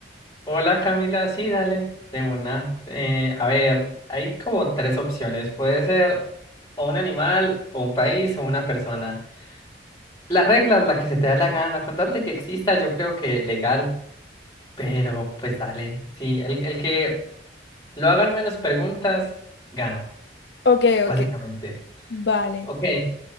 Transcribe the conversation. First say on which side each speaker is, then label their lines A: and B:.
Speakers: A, on the left; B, on the left.
A: Hola Camila, sí, dale, de una. Eh, a ver, hay como tres opciones. Puede ser o un animal, o un país, o una persona. Las reglas, la que se te da la gana, con tal de que exista, yo creo que legal, pero pues dale, sí, el, el que lo hagan menos preguntas, gana,
B: Ok,
A: básicamente.
B: ok, vale.
A: Ok,